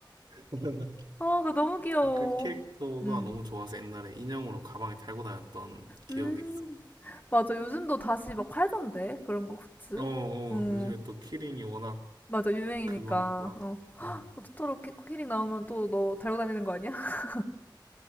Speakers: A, on the right (about 60°); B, on the left (about 20°).
A: <laughs>
B: 아, 그거 너무 귀여워.
A: 그 캐릭터가
B: 음,
A: 너무 좋아서 옛날에 인형으로 가방에 달고 다녔던 기억이
B: 음,
A: 있어.
B: 맞아. 요즘도 다시 막 팔던데. 그런 거 굿즈.
A: 어, 어,
B: 음,
A: 요즘에 또 키링이 워낙
B: 맞아. 유행이니까.
A: 그거니까.
B: 어.
A: 음,
B: 토토로 키, 키링 나오면 또 너 달고 다니는 거 아니야? <laughs>